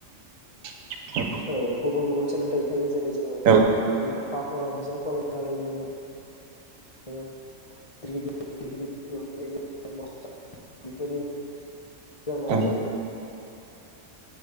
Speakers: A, on the right (about 90°); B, on the left (about 45°).
A: <unintelligible>
B: औव गुबुन गुबुन सोलोंथाइ थायो जेरै जोङो
A: औ
B: ओ लेखा फरा बिजाब फरायनानै जोङो <unintelligible> जानो हायो।
A: औ